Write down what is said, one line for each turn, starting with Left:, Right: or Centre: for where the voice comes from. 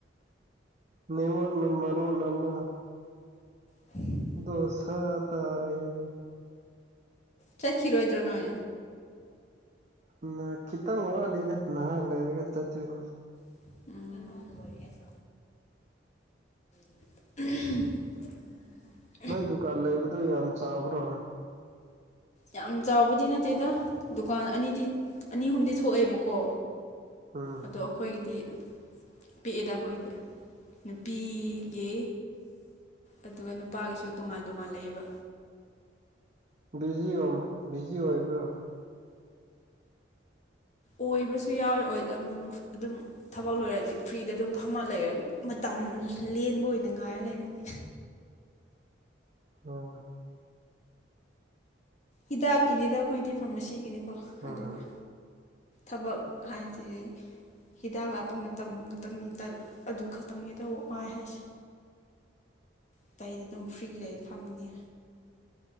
Right: ꯅꯤꯡꯉꯣꯟꯅ ꯃꯔꯣꯟ ꯑꯃ
Left: <inaudible>
Right: ꯗꯣꯁꯥ ꯇꯥꯔꯦꯍꯦ
Left: ꯆꯠꯈꯤꯔꯣꯏꯗ꯭ꯔꯣ ꯅꯣꯏ
Right: ꯎ ꯈꯤꯇꯪ ꯋꯥꯠꯂꯤꯗ ꯅꯍꯥꯛ ꯂꯩꯔꯒ ꯆꯠꯇꯣꯏꯅꯦ
Left: ꯎꯝ <inaudible>
Right: ꯅꯣꯏ ꯗꯨꯀꯥꯟ ꯂꯩꯕꯗꯣ ꯌꯥꯝ ꯆꯥꯎꯕ꯭ꯔꯣ
Left: ꯌꯥꯝ ꯆꯥꯎꯕꯗꯤ ꯅꯠꯇꯦꯗ ꯗꯨꯀꯥꯟ ꯑꯅꯤꯗꯤ ꯑꯅꯤ ꯑꯍꯨꯝꯗꯤ ꯊꯣꯛꯑꯦꯕꯀꯣ
Right: ꯎꯝ
Left: ꯑꯗꯣ ꯑꯩꯈꯣꯏꯒꯤꯗꯤ ꯄꯤꯛꯏꯗ ꯑꯩꯍꯣꯏꯗꯦ ꯅꯨꯄꯤ ꯒꯤ ꯑꯗꯨꯒ ꯅꯨꯄꯥꯒꯤꯁꯨ ꯇꯣꯉꯥꯟ ꯇꯣꯉꯥꯟ ꯂꯩꯑꯦꯕ
Right: ꯕꯤꯖꯤ ꯑꯣꯝ ꯕꯤꯖꯤ ꯑꯣꯏꯕ꯭ꯔꯣ
Left: ꯑꯣꯏꯕꯁꯨ ꯌꯥꯎꯏ ꯑꯣꯏ ꯎꯝ ꯑꯗꯨꯝ ꯊꯕꯛ ꯂꯣꯏꯔꯗꯤ ꯐ꯭ꯔꯤꯗ ꯑꯗꯨꯝ ꯐꯝꯃ ꯂꯩꯔꯅꯤ ꯃꯇꯝ ꯂꯦꯟꯕ ꯑꯣꯏꯅ ꯉꯥꯏꯔ ꯂꯩꯔꯅꯤ
Right: ꯑꯣ
Left: ꯍꯤꯗꯥꯛꯀꯤꯅꯤꯗ ꯑꯩꯈꯣꯏꯗꯤ ꯐꯥꯔꯃꯥꯁꯤꯒꯤꯅꯤꯀꯣ
Right: ꯎꯝ
Left: ꯑꯗꯨꯒꯤ ꯊꯕꯛ ꯍꯥꯏꯗꯤ ꯍꯤꯗꯥꯛ ꯂꯥꯞꯄ ꯃꯇꯝ ꯈꯛꯇꯪꯅꯤ ꯇ ꯑꯗꯨ ꯈꯛꯇꯪꯅꯤ ꯇꯑꯣ ꯋꯥꯥꯏ ꯍꯥꯏꯁꯦ ꯑꯇꯩꯗꯤ ꯑꯗꯨꯝ ꯐ꯭ꯔꯤ ꯂꯩ ꯐꯝꯅꯤ